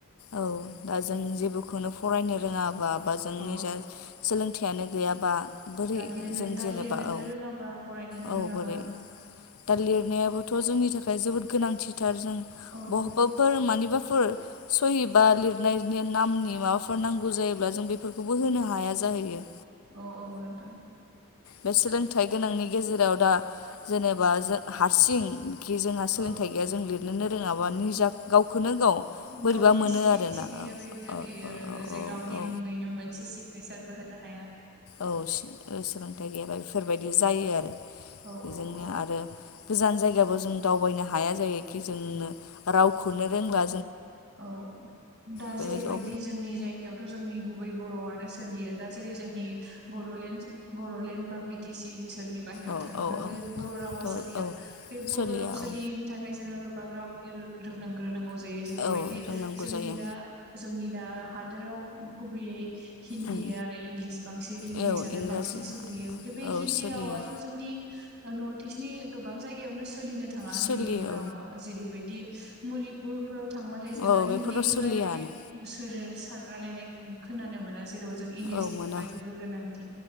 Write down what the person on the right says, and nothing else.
औ
दा लिरनो
दा
लिरनोनो
रोङाबा फरायनोनो
रोङाबा
औ
औ औ नोंथां
औ
गावनिनो
सिनायथि
गैया बायदि जाहैयो
आरोना
जे
गावनि
मुङैनो मोनसे सिगनेसार बोहोनो हाया
औ
औ औ
औ दा
जेरै
बायदि
जोंनि जायगायावथ' जोंनि गुबै बर'आनो सोलियो दा जेरै जोंनि बर'लेण्ड बर'लेण्ड बा बि टि सि ओनोलनि बाहेरायाव
थाङोब्ला
बे बर' रावा
सोलिया
बे बर'
राव सोलियैनि
थाखाय जोङो। गोबां रावनि रोंनां ग्रोनांगौ जायो जेरै
बायदि
जोंनि
दा जोंनि दा हादराव गुबैयै हिन्दी
आरो इंलिस बांसिन इंलिसानो
बांसिन सोलियो बे
हिन्दी
रावाथ' जोंनि नर्थ इस्टनि गोबां जायगायावनो सोलिनो थाङा
हिन्दी रावा जेरै बायदि। मनिपुरफोराव थांबाथाय जोङो
हिन्दीखौ
रायलायनाय सोर सार रायलायनाय खोनानो मोना। जेराव जों इंलिसनि
थाखाय गुबुन गोनांथि